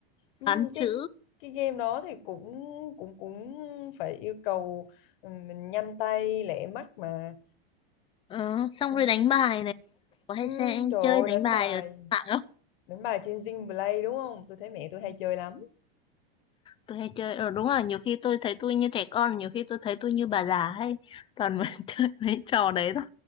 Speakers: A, on the left (about 60°); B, on the left (about 15°).
A: ừm,
B: toán chữ
A: cái cái game đó thì cũng cũng cũng phải yêu cầu ừm, mình nhanh tay lẹ mắt mà
B: ờ, xong
A: Ừm.
B: rồi đánh bài này có hay
A: Ừm,
B: sẽ
A: trời
B: chơi
A: ơi
B: đánh
A: đánh
B: bài
A: bài
B: ở trên mạng không
A: Đúng bài trên Zing Play đúng không? Tôi thấy mẹ tôi hay chơi lắm.
B: tôi hay chơi ờ đúng là nhiều khi tôi thấy tôi như trẻ con nhiều khi tôi thấy tôi như bà già hay toàn <laughs> mà chơi mấy trò đấy thôi